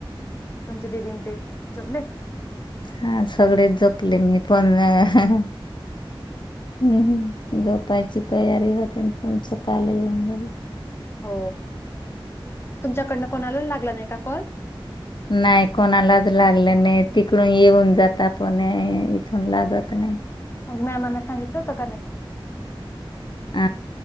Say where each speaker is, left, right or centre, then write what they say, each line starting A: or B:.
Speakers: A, on the left; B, on the left.
A: तुमची दिदीन ते, झोपले?
B: हा सगळेच झोपले मीच पण हम्म हम्म झोपायची तयारी होतीन तुमच काल येऊन
A: हो.
B: गेला
A: हो तुमच्याकडनं कोणाला लागला नाही का कॉल?
B: नाही कोणालाच लागले नाहीत तिकडून येऊन
A: मग
B: जाता पण इथून लागत नाही.
A: मग मॅमांना सांगितल होतं का नाही?
B: आ?